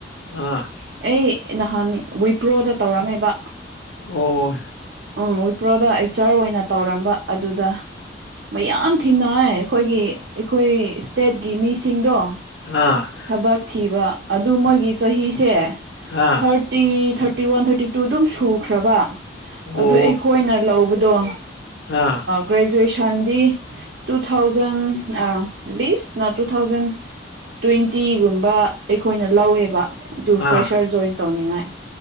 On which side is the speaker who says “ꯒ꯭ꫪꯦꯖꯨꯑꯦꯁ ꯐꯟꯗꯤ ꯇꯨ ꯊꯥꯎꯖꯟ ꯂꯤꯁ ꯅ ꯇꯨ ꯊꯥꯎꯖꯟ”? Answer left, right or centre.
Right